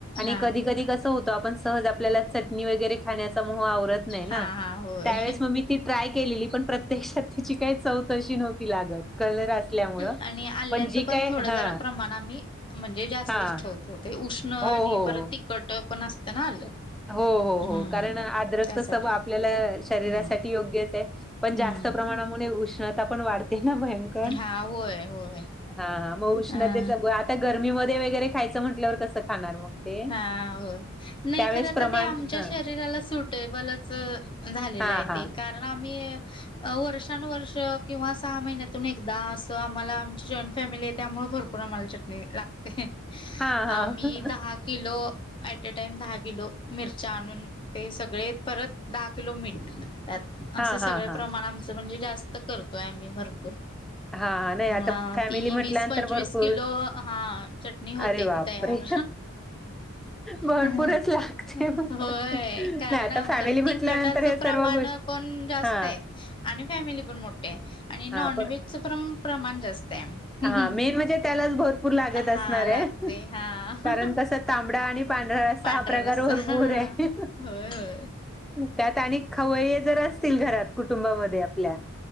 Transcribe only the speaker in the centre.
कधी -कधी कस होत आपण सज आपल्या चाट नी वगैरे खाण्याचा मोह आवरत नाही ना.
त्यावेळेस मग मी ती ट्राय केलेली पण प्रत्यक्षात तिची काही चव तशी नव्हती. लागत कलर असल्यामुळं.
जी
काय
हा
हा
हो हो.
हो- हो- हो.
कारण आदरक
सव आपल्याला शरीरासाठी
योग्यच आहे. पण
जास्त प्रमाणामुळे उष्णता पण वाढते ना भय कर
हा -हा मग उष्णतेच
आता गरमीमध्ये वगैरे खायचं म्हटल्यावर कसं खाणार मग ते.
त्यावेळेस
प्रमाण
हां
हां
हां
हां हां
हां
हां हां.
हां हां नाही आता
फॅमिली
म्हटल्यानंतर
भरपूर
अरे बापरे!
भरपूरच
लागते
मग.
नाही आता
फॅमिली म्हटल्यानंतर
हे
सर्व गोष्टी
हां
हां
हा मेन म्हणजे त्यालाच भरपूर लागत असणार
आहे,
कारण कसं तांबडा आणि पांढरा रस्सा
हा प्रकार
भरपूर
आहे.
त्यात आणि खवये जर असतील घरात कुटुंबामध्ये आपल्या